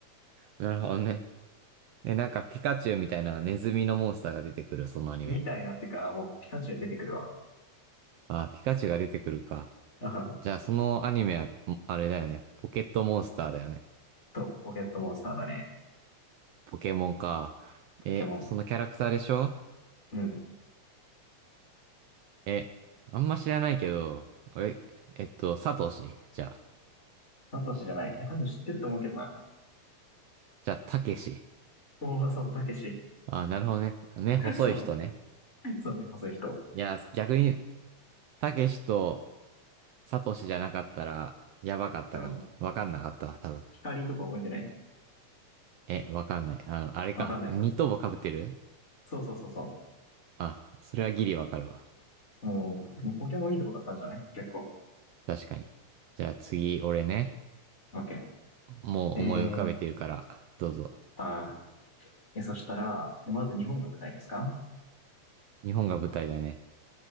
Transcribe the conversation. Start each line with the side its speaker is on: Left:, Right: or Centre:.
Right: なるほどね。え、なんか、ピカチュウみたいなネズミのモンスターが出てくる、そのアニメ。
Left: みたいなってか、もうピカチュウ出てくるわ。
Right: ああ、ピカチュウが出てくるか。
Left: あは
Right: じゃあ、そのアニメは、あれだよね。ポケットモンスターだよね。
Left: と、ポケットモンスターだね。
Right: ポケモンか。
Left: ポケモン。
Right: え、そのキャラクターでしょ
Left: うん。
Right: え、あんま知らないけど、え、えっと、サトシ。じゃあ、
Left: サトシじゃない。え、多分知ってると思うけどな。
Right: じゃあ、タケシ。
Left: おお、そう、たけし。
Right: あ、なるほどね。ね、細い人ね。
Left: <laughs> そう、そうね、そういう人。
Right: いや、逆に、タケシとサトシじゃなかったら、やばかったかも。
Left: あの、
Right: わかんなかったわ、多分。
Left: 光とか覚えてない
Right: え、わかんない。あの、あれか。
Left: わかんないか。
Right: ニット帽被ってる
Left: そうそうそうそ
Right: あ、それはギリわかるわ。
Left: う。もう、もうポケモンいいとこだったんじゃない結構。
Right: 確かに。じゃあ次、俺ね。
Left: オッケ
Right: もう思い浮かべてるから、
Left: ー。えー、
Right: どうぞ。
Left: あー、え、そしたら、え、まず日本が舞台ですか
Right: 日本が舞台だね。